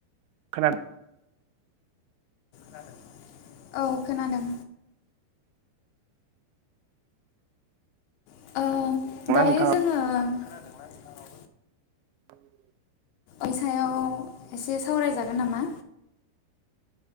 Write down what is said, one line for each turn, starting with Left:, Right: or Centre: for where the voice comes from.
Right: खोनाद
Left: नादों। औ खोनादों। ओं दायो जोङो
Right: नोंथाङा
Left: खोनादों ना नोंथांङाबो।
Right: <inaudible>
Left: ओइसायाव एसे सावरायजागोन नामा?